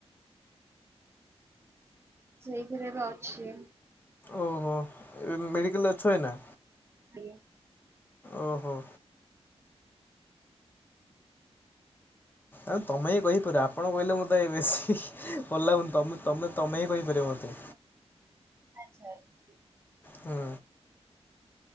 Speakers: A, on the right; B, on the left.
A: ସେଇଥିରେ ପା ଅଛି।
B: ଓହୋ, ମେଡ଼ିକାଲରେ ଅଛୁ ଏଇନା?
A: ଆଜ୍ଞା।
B: ଓହୋ। ଆ ତମେ ହିଁ କହିପାରୁ ଆପଣ କହିଲେ ମତେ ବେଶୀ ଭଲ ଲାଗୁନି ତମେ ତମେ ତମେ ହିଁ କହିପାରିବ ମତେ।
A: ଆଛା <unintelligible>
B: ହୁଁ।